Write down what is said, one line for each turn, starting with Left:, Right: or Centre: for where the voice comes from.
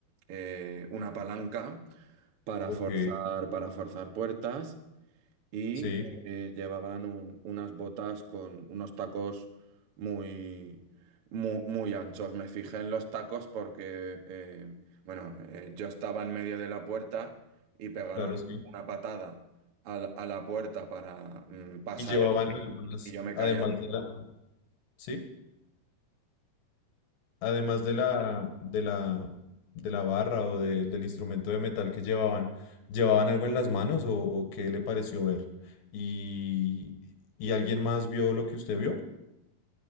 Right: eh, una palanca para
Left: Ok.
Right: forzar, para forzar puertas. y
Left: Sí,
Right: eh, llevaban un- unas botas con unos tacos muy, mu- muy, anchos. Me fijé en los tacos porque, eh, bueno, eh, yo estaba en medio de la puerta y pegaron
Left: claro, sí.
Right: una patada a la, a la puerta para mm, pasar
Left: Y llevaban
Right: y
Left: algunas,
Right: y yo me
Left: además
Right: caí. al-
Left: de la, sí, además de la, de la, de la barra o de- del instrumento de metal que llevaban, ¿llevaban algo en las manos o, o qué le pareció ver? ¿Y, y alguien más vio lo que usted vio?